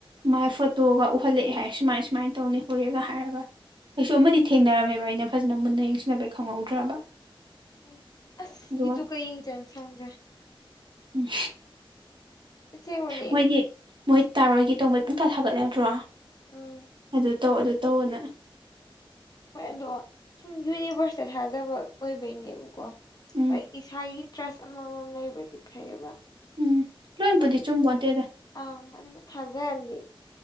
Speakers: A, on the right; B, on the left.
A: ꯃꯥꯥꯏ ꯐꯣꯇꯣꯒ ꯎꯍꯜꯂꯛꯑꯦ ꯍꯥꯏ ꯁꯨꯃꯥꯏ ꯁꯨꯃꯥꯏꯅ ꯇꯧꯅꯤ ꯍꯣꯔꯦꯒ ꯍꯥꯏꯔꯒ ꯑꯩꯁꯨ
B: ꯎꯝ
A: ꯑꯃꯗꯤ ꯊꯦꯡꯅꯔꯝꯃꯦꯕ ꯑꯩꯅ ꯐꯖꯅ ꯃꯨꯟꯅ ꯌꯦꯡꯁꯤꯟꯅꯕꯩ ꯈꯪꯍꯧꯗ꯭ꯔꯕ
B: ꯎꯝ ꯑꯁ
A: ꯑꯗꯨꯒ
B: ꯏ ꯇ ꯀꯩ ꯌꯦꯡ ꯆꯦꯟꯁ꯭ꯔꯦ
A: ꯎꯝ
B: ꯑꯁꯦꯡꯕꯅꯤ
A: ꯃꯣꯏꯗꯤ ꯃꯣꯏ ꯇꯥꯔꯣꯏꯒꯦ ꯇꯣꯡ ꯃꯩ ꯄꯨꯡꯈ ꯊꯥꯒꯠꯂꯗ꯭ꯔꯣ
B: ꯎꯝ
A: ꯑꯗꯨ ꯇꯧꯑꯣ ꯑꯗꯨ ꯇꯧꯑꯣꯅꯦ
B: ꯍꯣꯏ ꯑꯗꯣ ꯁꯨꯝ ꯌꯨꯅꯤꯚꯔꯁꯇ ꯊꯥꯖꯕ ꯑꯣꯏꯕꯩꯅꯦꯕꯀꯣ
A: ꯎꯝ
B: ꯍꯣꯏ ꯏꯁꯥꯒꯤ ꯇ꯭ꯔꯁ ꯑꯃꯃꯝ ꯂꯩꯕꯗꯤ ꯐꯩꯌꯦꯕ
A: ꯎꯝ ꯂꯣꯏꯅꯕꯨꯗꯤ
B: ꯃ
A: ꯆꯨꯝꯄꯣꯟꯇꯦꯗ
B: ꯑ ꯃꯅ ꯊꯥꯖꯔꯝꯗꯤ